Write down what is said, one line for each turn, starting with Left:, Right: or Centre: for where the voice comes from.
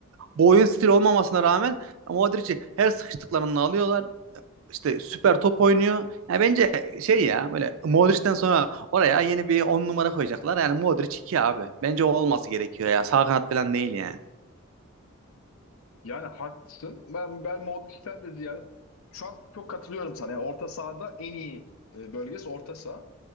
Right: bu oyun stili olmamasına rağmen Modric'i her sıkıştıklarında alıyorlar işte süper top oynuyor. Yani bence şey ya böyle Modric'ten sonra oraya yeni bir 10 numara koyacaklar. Yani Modric 2 abi. Bence o olması gerekiyor ya. Sağ kanat falan değil yani.
Left: Yani haklısın. Ben ben Modric'ten de ziyade şu an çok katılıyorum sana. Yani orta sahada en iyi e, bölgesi orta saha.